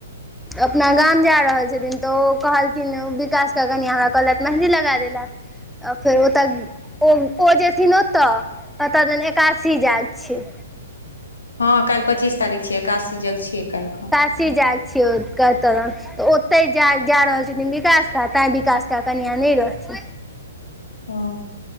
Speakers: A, in the centre; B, on the left.
A: अपना गाम जा रहल छथिन तऽ ओ कहलखिन विकासकेऽ कनि हमरा कहलथि मेहन्दी लगा दैल फेर ओतऽ ओ ओ जेथिन ओतऽ ओतऽ दन एकादसी जाग छै
B: हँ काल्हि पच्चीस तारीख छियै एकादसी जग छियै काल्हि कऽ
A: सी जाग छियै कत तऽ ओतहि जा जा रहल छथिन विकास क तैँ विकास कऽ कनिआँ नहि रहथिन
B: हँ